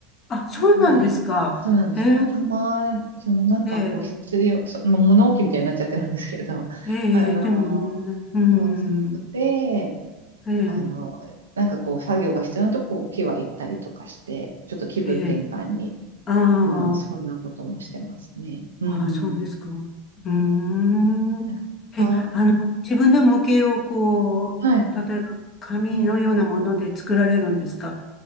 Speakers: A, on the left (about 35°); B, on the right (about 90°).
A: あ、そうなんですか。
B: なんで、そうなんです。
A: へえ、
B: だからたま、そのなんかこう必要、
A: ええ、
B: そ、まあ物置みたいになっちゃってるんですけど、
A: ええ、
B: あの
A: でもね、うーん。
B: そうそうで、
A: ええ、
B: あの、なんかこう、作業が必要なとこ、木は行ったりとかして、ちょっと気分転換に、
A: ええ。ああ、
B: うん、そんなこともしてますね。うん。
A: ああ、そうですか。うーん。
B: うん、なかなか、
A: え、あの、自分で模型をこう、
B: はい。
A: 例えば紙のようなもので作られるんですか
B: うん。